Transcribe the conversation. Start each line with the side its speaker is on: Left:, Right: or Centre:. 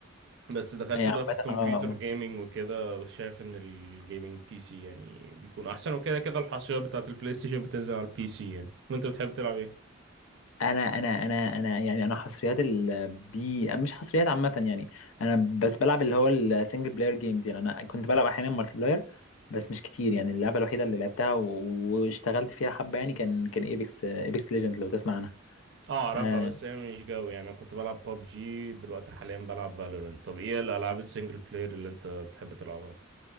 Right: بس دخلت
Left: اي عامه
Right: بقى في كمبيوتر
Left: اه آه.
Right: جيمنج وكده شايف ان الجيمنج بي سي يعني بيكون احسن وكده كده الحصريات بتاعت البلاي ستيشن بتنزل على البي سي يعني وانت بتحب تلعب ايه
Left: انا انا انا انا يعني انا حصريات البي مش حصريات عامه يعني انا بس بلعب اللي هو السنجل بلاير جيمز يعني انا كنت بلعب احيانا مالتي بلاير بس مش كتير يعني اللعبه الوحيده اللي لعبتها و- واشتغلت فيها حبه يعني كان كان ايبكس ايبكس ليجند لو تسمع عنها
Right: اه اعرفها
Left: آه،
Right: بس هي مش جوي يعني انا كنت بلعب ببجي دلوقتي حاليا بلعب فالورنت طب ايه الالعاب السنجل بلاير اللي انت بتحب تلعبها